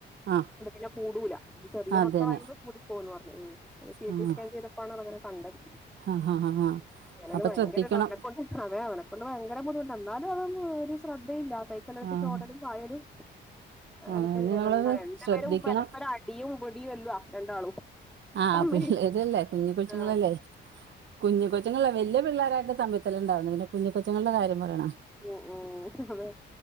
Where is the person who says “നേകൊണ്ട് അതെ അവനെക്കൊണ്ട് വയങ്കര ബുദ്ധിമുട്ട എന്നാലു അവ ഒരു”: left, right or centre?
Centre